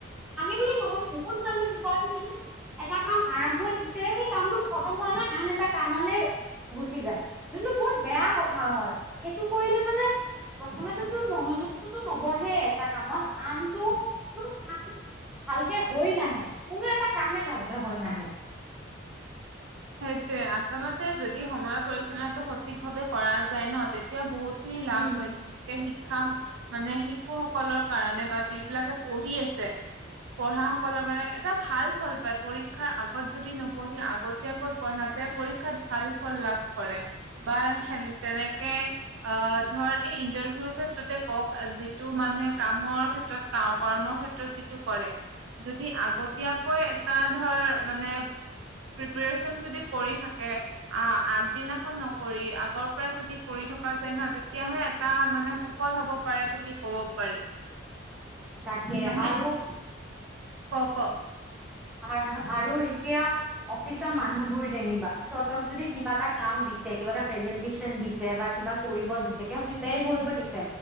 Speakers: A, in the centre; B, on the right (about 80°).
A: আমি বুলি নহয় বহুত মানুহ <unintelligible> এটা কাম আৰম্ভ দিছে, সেই কামটো খতম হোৱা নাই আন এটা কামলে গুচি যায়। যোনটো বহুত বেয়া কথা হয়, সেইটো কৰিলে মানে প্ৰথমে তোৰটো মনোযোগটো নবহে এটা কামত আনটো তোৰ কাম ভালকে হৈ নাহে, কোনো এটা কামে ভালকে হৈ নাহে।
B: সেইটোৱে আচলতে যদি সময়ৰ পৰিচালনাটো সঠিক ভাৱে কৰা যায় ন'। তে তেতিয়া বহুত খিনি লাভ
A: উম,
B: হয়। যেনে শিক্ষা মানে শিশুসকলৰ কাৰণে বা যিবিলাকে পঢ়ি আছে। পঢ়া সকলৰ বাবে এটা ভাল ফল পায়, পৰীক্ষাৰ আগত যদি নপঢ়ি আগতিয়া পঢ়া যায়, পৰীক্ষাত ভাল ফল লাভ কৰে বা হেন তেনেকে অ' ধৰ এই ইণ্টাৰভিউৰ ক্ষেত্ৰতে কওক যিটো মানুহে কামৰ ক্ষেত্ৰত কৰ্মৰ ক্ষেত্ৰত যিটো কৰে, যদি আগতীয়াকৈ এটা ধৰ মানে প্ৰিপাৰেচন যদি কৰি থাকে। আ' আগদিনাখন নকৰি আগৰ পৰা যদি কৰি থকা যায় নহ তেতিয়াহে এটা মানে স সফল হ'ব পাৰে বুলি ক'ব পাৰি।
A: তাকে!
B: মানে
A: আৰু
B: ক' ক'!
A: আৰু আৰু এতিয়া অফিচৰ মানুহবোৰ যেনিবা সিহঁতক যদি কিবা এটা কাম দিছে, কিবা এটা প্ৰেজেন্টেশচন দিছে বা কিবা কৰিব দিছে, কিবা প্ৰেপাৰে কৰিব দিছে